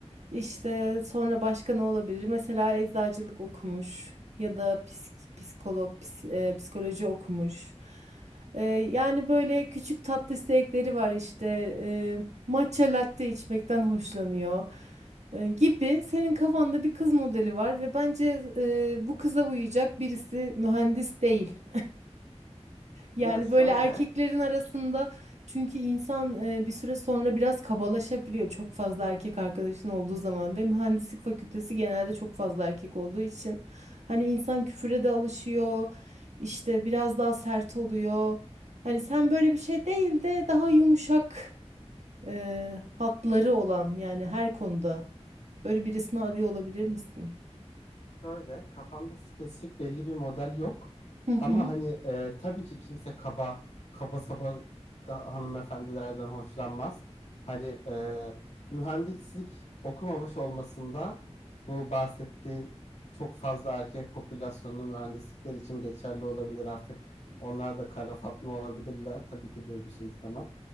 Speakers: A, on the right; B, on the left.
A: İşte sonra başka ne olabilir? Mesela eczacılık okumuş ya da psik- psikolog, ps- e, psikoloji okumuş. E, yani böyle küçük tatlı zevkleri var işte. E, matcha latte içmekten hoşlanıyor e, gibi. Senin kafanda bir kız modeli var ve bence e, bu kıza uyacak birisi mühendis değil. Yani
B: Ya şöyle
A: böyle erkeklerin arasında çünkü insan e, bir süre sonra biraz kabalaşabiliyor çok fazla erkek arkadaşın olduğu zaman ve mühendislik fakültesi genelde çok fazla erkek olduğu için hani insan küfüre de alışıyor işte biraz daha sert oluyor. Hani sen böyle bir şey değil de daha yumuşak e, hatları olan yani her konuda böyle birisini arıyor olabilir misin?
B: Şöyle kafamda spesifik belli bir model yok.
A: Hı hı.
B: Ama hani e, tabii ki kimse kaba kaba saba ka- hanımefendilerden hoşlanmaz. Hani e, mühendislik okumamış olmasında bu bahsettiğin çok fazla erkek popülasyonlu mühendislikler için geçerli olabilir artık. Onlar da kara Fatma olabilirler. Tabii ki böyle bir şey istemem.